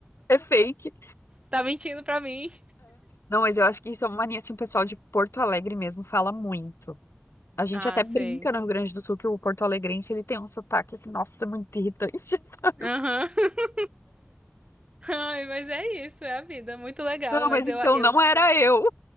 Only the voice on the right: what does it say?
Tá mentindo pra mim.
Ah,
sei.
Aham. <laughs> Ai, mas é isso, é a vida. Muito legal,
mas
eu, eu,